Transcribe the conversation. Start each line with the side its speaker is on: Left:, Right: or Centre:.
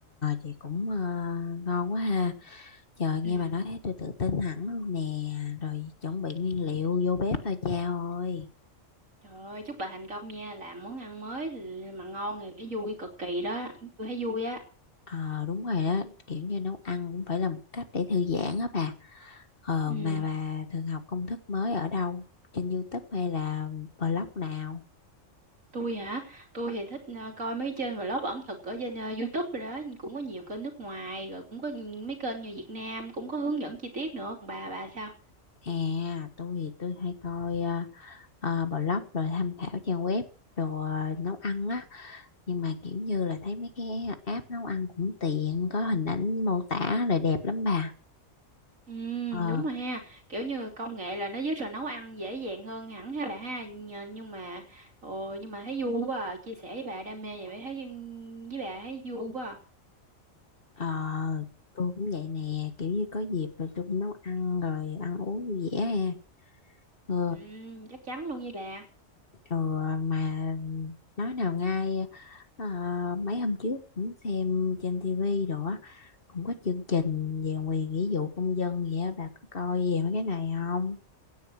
Left: vậy cũng ờ, ngon quá ha. Trời nghe
Right: ừ.
Left: bà nói thấy tôi tự tin hẳn luôn nè. Rồi chuẩn bị nguyên liệu vô bếp thôi cha ơi.
Right: Trời ơi chúc bà thành công nha làm món ăn mới mà ngon thì phải vui cực kỳ đó tôi thấy vui á
Left: Ờ đúng rồi đó kiểu như nấu ăn cũng phải là một cách để thư giãn á bà ờ
Right: ừ.
Left: mà bà thường học công thức mới ở đâu trên YouTube hay là blog nào
Right: tôi hả tôi thì thích ờ, coi mấy trên vlog ẩm thực ở trên ờ, YouTube rồi đó cũng có nhiều kênh nước ngoài rồi cũng có mấy kênh như Việt Nam cũng có hướng dẫn chi tiết nữa còn bà bà sao
Left: à tôi thì tôi hay coi ờ, ờ, blog rồi tham khảo trang web đồ ờ, nấu ăn á nhưng mà kiểu như là thấy mấy cái app nấu ăn cũng tiện có hình ảnh mô tả rồi đẹp lắm bà
Right: ừ
Left: ờ
Right: đúng rồi ha kiểu như công nghệ là nó giúp rồi nấu ăn dễ dàng hơn hẳn ha bà ha Nhờ- nhưng mà ồ nhưng mà thấy vui quá à. chia sẻ với bà đam mê vậy bà thấy với bà thấy vui quá à.
Left: ờ tôi cũng vậy nè kiểu như có dịp rồi tôi cũng nấu ăn rồi ăn uống vui vẻ ha ừ
Right: ừ chắc chắn luôn với bà
Left: Ừ, mà nói nào ngay ờ, mấy hôm trước cũng xem trên tivi đồ á cũng có chương trình về quyền nghĩa vụ công dân vậy á bà có coi về mấy cái này không?